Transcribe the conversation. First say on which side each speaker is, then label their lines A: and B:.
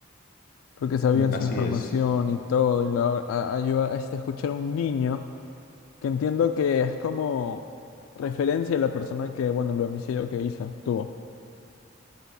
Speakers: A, on the left (about 85°); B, on the left (about 45°).
A: Porque sabían
B: Mm, Así
A: su información
B: es.
A: y todo, y lo a- ayuda a este, escuchar a un niño. que entiendo que es como referencia a la persona que, bueno, el homicidio que hizo, tuvo.